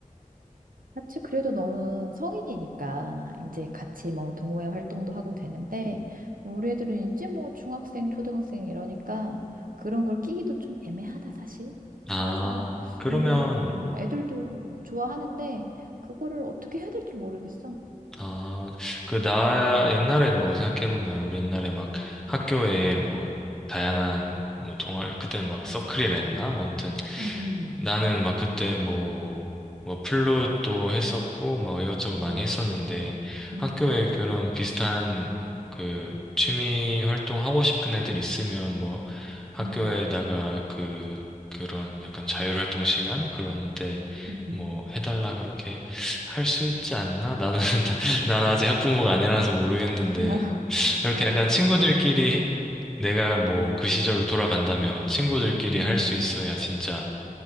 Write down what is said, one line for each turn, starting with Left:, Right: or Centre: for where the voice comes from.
Right: 같이 그래도 너는 성인이니까 이제 같이 뭐 동호회 활동도 하고 되는데 뭐 우리 애들은 이제 뭐 중학생, 초등학생 이러니까 그런 걸 끼기도 좀 애매하다 사실.
Centre: 아,
Right: 그래서
Centre: 그러면
Right: 우리 음, 애들도 뭐 좋아하는데 그거를 어떻게 해야 될지 모르겠어.
Centre: 아, 그, 나, 옛날에 뭐 생각해보면, 우리 옛날에 막 학교에
Right: 음.
Centre: 뭐, 다양한, 뭐, 동아리, 그때 막 서클이라 했나? 뭐 아무튼,
Right: 음, 음.
Centre: 나는 막 그때 뭐, 뭐, 플룻도 했었고, 뭐, 이것저것 많이
Right: 오,
Centre: 했었는데,
Right: 음,
Centre: 학교에 그런 비슷한 그 취미 활동 하고 싶은 애들 있으면 뭐, 학교에다가
Right: 음,
Centre: 그, 그런 약간 자율활동 시간? 그런 데
Right: 음, 음.
Centre: 뭐, 해달라 그렇게 할 수 있지 않나? 나는, <laughs> 난 아직 학부모가 아니라서 모르겠는데,
Right: <laughs>
Centre: 이렇게
Right: 어.
Centre: 약간 친구들끼리 내가 뭐 그 시절로 돌아간다면 친구들끼리
Right: 음.
Centre: 할 수 있어야 진짜